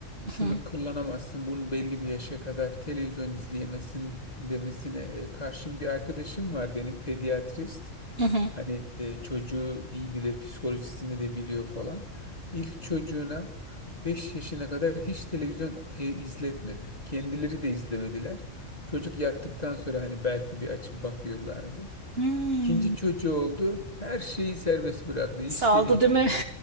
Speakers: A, on the right (about 50°); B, on the left (about 30°).
A: Hı
B: şunu
A: hı,
B: kullanamazsın, bunu belli bir yaşa kadar televizyon izleyemezsin demesine e, karşın bir arkadaşım var benim pediatrist.
A: hı hı.
B: Hani e, çocuğu iyi bilir, psikolojisini de biliyor falan. İlk çocuğuna 5 yaşına kadar hiç televizyon e, izletmedi. Kendileri de izlemediler. Çocuk yattıktan sonra hani belki bir açıp bakıyorlardı.
A: Hmm.
B: İkinci çocuğu oldu. Her şeyi serbest bıraktı. İstediği
A: Saldı değil mi?
B: gibi.